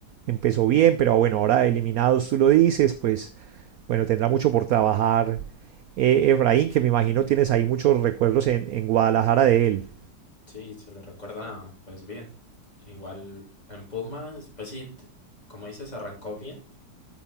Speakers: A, on the right (about 70°); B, on the left (about 20°).
A: empezó bien, pero ah, bueno, ahora eliminados tú lo dices, pues bueno, tendrá mucho por trabajar eh, Efraín, que me imagino tienes ahí muchos recuerdos en, en Guadalajara de él.
B: Sí, se le recuerda pues bien. Igual en Pumas, pues sí, t- como dices, arrancó bien.